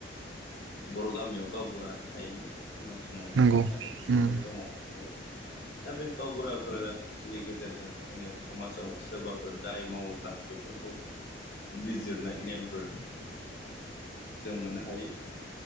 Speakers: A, on the left; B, on the right.
A: बर' गामियाव गावबुरा थायोमोन सिगां समावबो
B: नंगौ नंगौ
A: आथिखालावबो
B: उम
A: दङ बेयो दा बे गावबुराफोरा नि गेजेरजों जोङो समाजाव सोरबाफोर दाय मावोब्ला बेफोरखौ बिजिरनाय नेमफोर जों मोननो हायो।